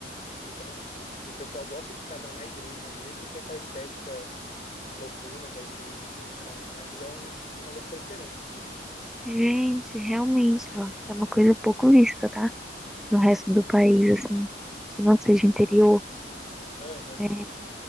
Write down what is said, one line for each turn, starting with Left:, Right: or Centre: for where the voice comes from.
Left: católica, né? E o pessoal gosta de casar na igreja mesmo e tem aquela estética noturna da igreja assim, então ainda é um, uma das preferências.
Centre: Gente, realmente, ó, é uma coisa pouco vista, tá? No resto
Left: Sim.
Centre: do país, assim, que não seja interior,
Left: Aham.
Centre: é,